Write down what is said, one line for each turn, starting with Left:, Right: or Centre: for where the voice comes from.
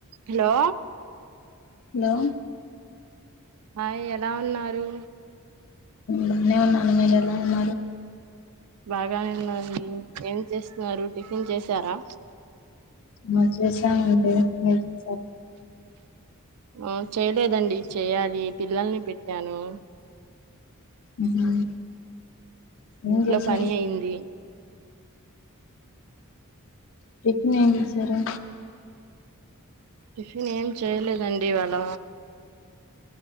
Right: Hello
Left: hello
Right: ఆ ఎలా ఉన్నారు
Left: బానే ఉ నాన మేలలా మ
Right: బాగానే ఉన్నది ఏం చేస్తున్నారు టిఫిన్ చేసారా
Left: మ చేసాం అండి మీరు <inaudible>
Right: ఆ చేయ్ లేదండి చెయ్యాలి పిల్లల్ని పెట్టాను
Left: ఉహు
Right: ఇంట్లో
Left: ఏం చేశారు
Right: పని అయ్యింది
Left: టిఫిన్ ఏం చేశారు
Right: టిఫిన్ ఏం చేయలేదండి ఇవాళ